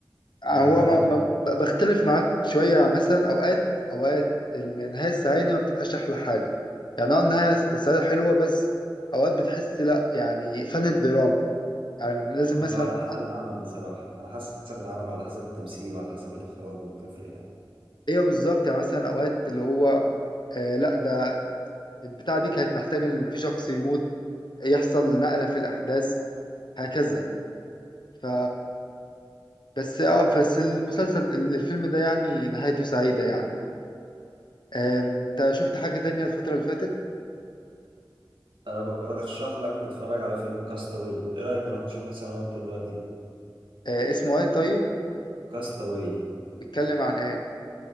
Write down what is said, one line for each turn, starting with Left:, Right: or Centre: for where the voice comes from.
Right: وإن
Left: هو
Right: البطل
Left: ما ما- بختلف معاك شوية مثلا أوقات أوقات النهاية السعيدة ما بتبقاش أحلى حاجة يعني أه النهاية السعيدة حلوة بس أوقات بتحس لأ يعني فن الدراما يعني لازم
Right: هو
Left: مثلا
Right: على حسب العمل بصراحة على حسب العمل وعلى حسب التمثيل وعلى حسب الإخراج وبتفرق يعني
Left: ايوه بالظبط يعني مثلا اوقات اللي هو آه لا ده البتاعه دي كانت محتاجه ان في شخص يموت يحصل نقله في الاحداث هكذا ف بس اه بس المسلسل الفيلم ده يعني نهايته سعيده يعني آم، انت شفت حاجه تانية الفتره اللي فاتت
Right: أنا برشح لك تتفرج على فيلم كاستاوي إيه رأيك نروح نشوفه سوا أنت دلوقتي
Left: آه اسمه ايه طيب
Right: كاستاوي
Left: بيتكلم عن ايه